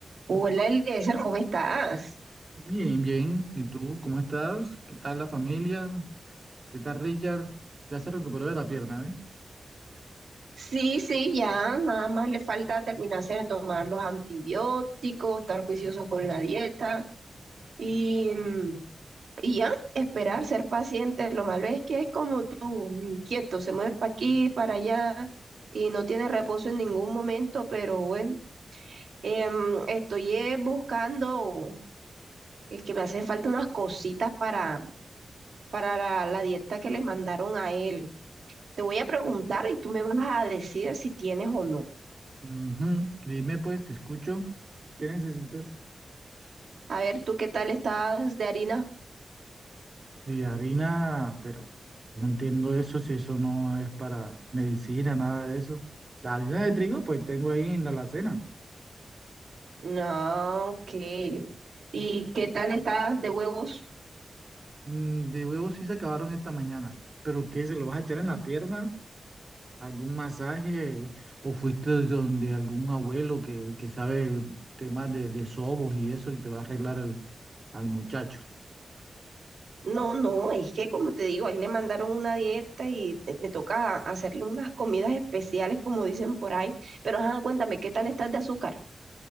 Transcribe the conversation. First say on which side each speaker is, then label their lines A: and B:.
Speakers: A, on the right; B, on the right.
A: Hola, Eliezer, ¿cómo estás?
B: Bien, bien. ¿Y tú cómo estás? ¿Qué tal la familia? ¿Qué tal Richard? Ya se recuperó de la pierna, ¿eh?
A: Sí, sí, ya, nada más le falta terminarse de tomar los antibióticos, estar juicioso con la dieta y, mm, y ya, esperar, ser paciente. Lo malo es que es como tú, inquieto, se mueve para aquí, para allá y no tiene reposo en ningún momento, pero bueno, em, estoy eh, buscando, es que me hacen falta unas cositas para, para la la dieta que le mandaron a él. Te voy a preguntar y tú me vas a decir si tienes o no.
B: Ujú. Dime pues, te escucho. ¿Qué necesitas?
A: A ver, ¿tú qué tal estás de harina?
B: De harina, pero no entiendo eso, si eso no es para medicina, nada de eso. La harina de trigo, pues tengo ahí en la alacena.
A: No, ok. ¿Y qué tal estás de huevos?
B: Mm, de huevos sí se acabaron esta mañana. ¿Pero qué? ¿Se lo vas a echar en la pierna? algún masaje o fuiste donde algún abuelo que, que sabe temas de, de sobos y eso y te va a arreglar al, al muchacho.
A: No, no, es que como te digo, a él le mandaron una dieta y te- me toca hacerle unas comidas especiales, como dicen por ahí. Pero ajá, cuéntame, ¿qué tal estás de azúcar?